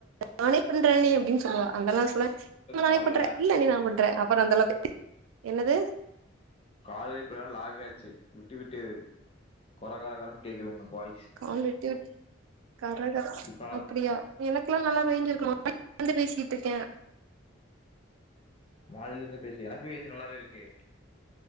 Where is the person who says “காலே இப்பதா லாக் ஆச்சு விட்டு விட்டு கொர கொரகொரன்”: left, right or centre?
Left